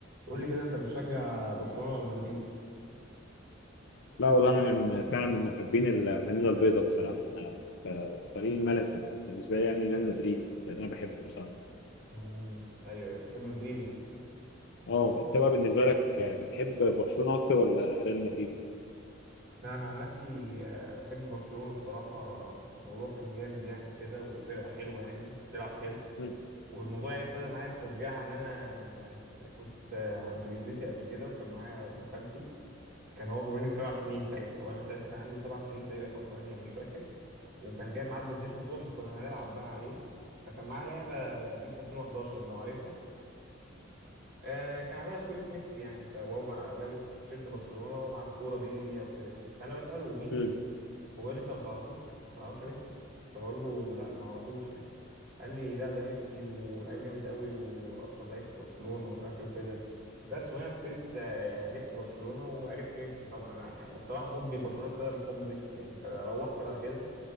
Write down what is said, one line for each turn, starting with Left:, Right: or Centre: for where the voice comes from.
Right: قول لي كده انت بتشجع برشلونة ولا مدريد
Left: لا والله انا من فعلا من محبين الفانيلا البيضاء بصراحه فالفريق الملكي بالنسبه لي يعني ريال مدريد لان انا بحبه بصراحه
Right: امم ايوه ايوه بتحب مدريد يعني
Left: اه انت بقى بالنسبه لك آه، بتحب برشلونه اكتر ولا ريال مدريد؟
Right: لا انا عن نفسي آه، بحب برشلونة الصراحة الموضوع كان جامد يعني وكده وفرقة حلوة يعني بتلعب حلو
Left: مم.
Right: والموضوع يعني ابتدى معايا بتشجيع ان انا كنت آه، عند جدتي قبل كده وكان معايا ابن خالتي كان هو اكبر مني بسبع سنين ساعتها وانا ساعتها كان عندي سبع سنين تقريبا او ثمانية مش فاكر وكان جايب معاه بلاي ستيشن 2 عشان كنا هنلعب بقى عليه فكان معاه لعبة بيس 2011 لو عارفها آه كان عليها صورة ميسي يعني فهو مع لابس تيشيرت برشلونة ومعاه الكورة بيجري بيها وكده يعني فأنا بسأله مين
Left: مم.
Right: ده؟ فبيقول لي أنت ما تعرفوش؟ ما تعرفش ميسي؟ فبقول له لا ما أعرفوش يعني قال لي لا ده ميسي ولعيب جامد قوي وأشهر لعيب في برشلونة ومش عارف إيه وكده بس وهنا ابتديت آه، يعني عرفت برشلونة وعرفت ميسي طبعا أنا الصراحة حبي لبرشلونة ابتدى من حب ميسي يعني فروحت بعد كده